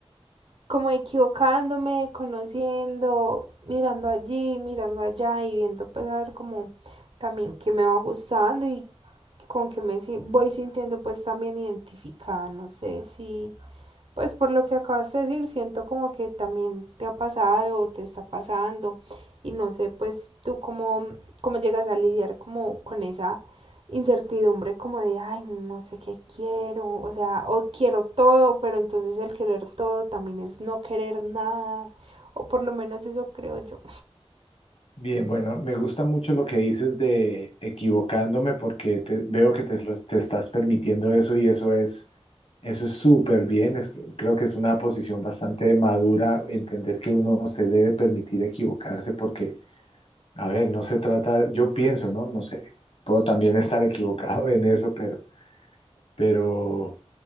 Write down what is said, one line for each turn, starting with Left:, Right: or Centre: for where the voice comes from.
Right: como equivocándome, conociendo, mirando allí, mirando allá y viendo pues a ver como también qué me va gustando y con qué me si- voy sintiendo pues también identificada, no sé si pues por lo que acabas de decir, siento como que también te ha pasado o te está pasando y no sé, pues tú cómo, cómo llegas a lidiar como con esa incertidumbre como de, ay, no sé qué quiero, o sea, o quiero todo, pero entonces el querer todo también es no querer nada, o por lo menos eso creo yo.
Left: Bien, bueno, me gusta mucho lo que dices de equivocándome porque te- veo que te, lo- te estás permitiendo eso y eso es, eso es súper bien. Es- creo que es una posición bastante madura entender que uno se debe permitir equivocarse porque, a ver, no se trata, yo pienso, ¿no? No sé, puedo también estar equivocado en eso, pero, pero